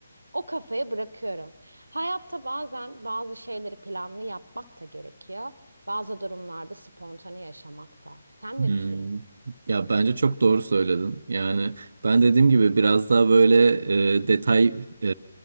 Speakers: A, on the right; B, on the right.
A: O kafaya bırakıyorum. Hayatta bazen bazı şeyleri planlı yapmak da gerekiyor. Bazı durumlarda spontane yaşamak da. Sen
B: Hmm.
A: ne düşünüyorsun?
B: Ya bence çok doğru söyledin. Yani ben dediğim gibi biraz daha böyle e, detay e,